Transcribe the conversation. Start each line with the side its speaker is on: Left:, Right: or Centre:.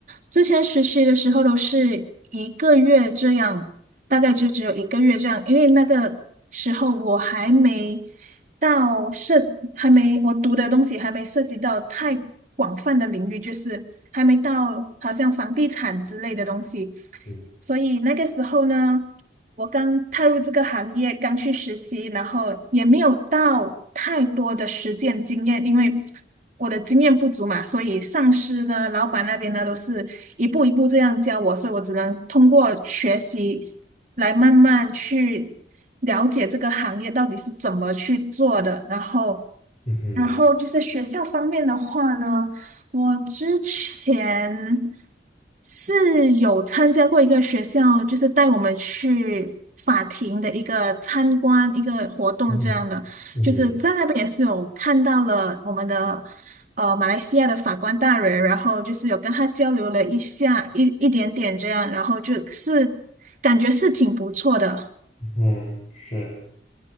Right: 之前实习的时候都是一个月这样，大概就只有一个月这样，因为那个时候我还没到涉，还没我读的东西还没涉及到太广泛的领域，就是还没到好像房地产之类的东西。
Left: 嗯
Right: 所以那个时候呢，我刚踏入这个行业，刚去实习，然后也没有到太多的实践经验，因为我的经验不足嘛，所以上司呢、老板那边呢都是一步一步这样教我，所以我只能通过学习来慢慢去了解这个行业到底是怎么去做的，然后
Left: 嗯哼
Right: 然后就是学校方面的话呢，我之前是有参加过一个学校，就是带我们去法庭的一个参观一个活动这样的，
Left: 嗯嗯哼
Right: 就是在那边也是有看到了我们的呃马来西亚的法官大人，然后就是有跟他交流了一下一一点点这样，然后就是感觉是挺不错的。
Left: 嗯哼，是。